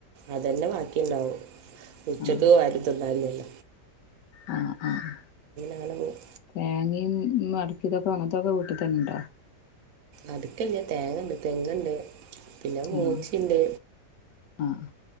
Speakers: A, on the right; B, on the left.
A: അതന്നെ ബാക്കിയണ്ടാവും ഉച്ചക്ക്
B: ആഹ്
A: ആരും തിന്നാനില്ല
B: ആഹ് ആഹ്
A: അങ്ങനെ പോകും
B: തേങ്ങയും മടക്കിതൊക്കെ അങ്ങനത്തൊക്കെ വീട്ടിൽ തന്നെ ഉണ്ടാ
A: അതുക്കല്ല തേങ്ങുണ്ട് തെങ്ങുണ്ട് പിന്നെ മൂച്ചിണ്ട്
B: ആഹ് ആഹ്